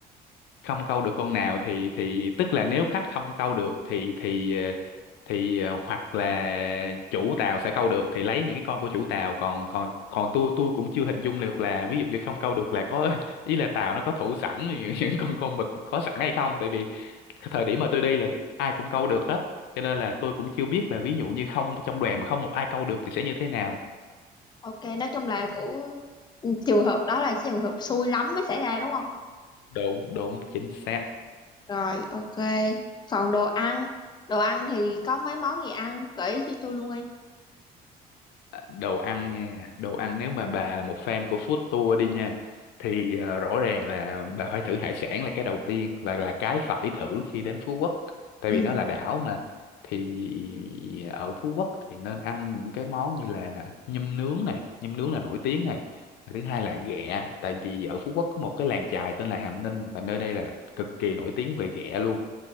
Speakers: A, on the left; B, on the left.
A: không câu được con nào thì thì tức là nếu khách không câu được thì thì ờ, thì ờ, hoặc là chủ tàu sẽ câu được thì lấy những cái con của chủ tàu còn còn còn tôi tôi cũng chưa hình dung được là ví dụ như không câu được là có <laughs> ý là tàu nó có thủ sẵn <laughs> những những con con mực có sẵn hay không tại vì cái thời điểm mà tôi đi là ai cũng câu được hết cho nên là tôi cũng chưa biết là ví dụ như không trong đoàn mà không một ai câu được thì sẽ như thế nào
B: ok nói chung là của trường hợp đó là trường hợp xui lắm mới xảy ra đúng không
A: đúng đúng chính xác
B: rồi ok còn đồ ăn đồ ăn thì có mấy món gì ăn gợi ý cho tôi luôn đi
A: đồ ăn nha đồ ăn nếu mà bà là một fan của food tour đi nha thì ờ, rõ ràng là bà phải thử hải sản là cái đầu tiên và là cái phải thử khi đến Phú Quốc tại
B: ừ
A: vì nó là đảo mà thì ở Phú Quốc thì nên ăn những cái món như là nhum nướng này nhum nướng là nổi tiếng này và thứ hai là ghẹ tại vì ở Phú Quốc có một cái làng chài tên là Hàm Ninh và nơi đây là cực kỳ nổi tiếng về ghẹ luôn